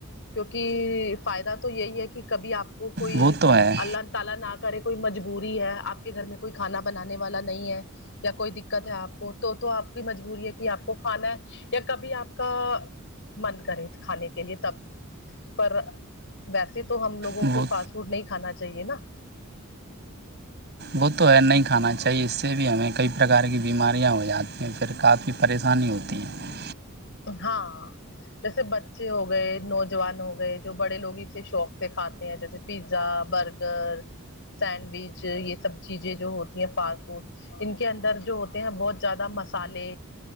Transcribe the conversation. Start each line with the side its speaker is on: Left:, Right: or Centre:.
Left: کیکہ فائدہ تو یہی ہے کہ کبھی آپ کوئی
Right: وہ تو ہے
Left: اللہ تعالا نہ کرے کوئی مجب بوری ہے آپ کے گھر میں کوئی کھانا بنانے والا نہیں ہے یا کوئی دقت ہے آپ کو تو تو آپ کی مجبوری ہے کہ آپ کو کھانا ہے یا کبھی آپ کا من کرے کھانے کے لیے تب پر ویسے تو ہم لووں
Right: وہ
Left: کو فاسٹ فوڈ نہیں کھانااہیے چاہیے نا
Right: وہ تو ہے نہیں کھانا چاہیے اس سے بھی ہمیں کئی پرکار کی بیماریاں ہو جاتی ہیں پھر کافی پریشانی ہوتی ہیں
Left: ہاں جیسے بچے ہو گئے نوجوان ہو گئے جو بڑے لوگ اسے شوق سے کھاتے ہیں جیسے پیزا برگر سینڈوچ یہ سب چیزیں جو ہوتی ہیں فاسٹ فوڈ ان کے اندر جو ہوتے ہیں بہت زیادہ مسالے